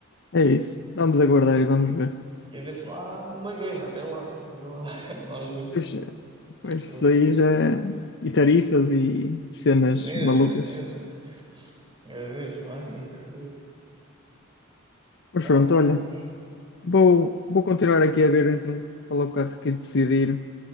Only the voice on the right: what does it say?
E a ver se não há uma guerra até lá. Vamos ver. lá. <laughs> Vamos
ver.
Mesmo,
mesmo. A ver se não é isso.
Vamos,
pronto.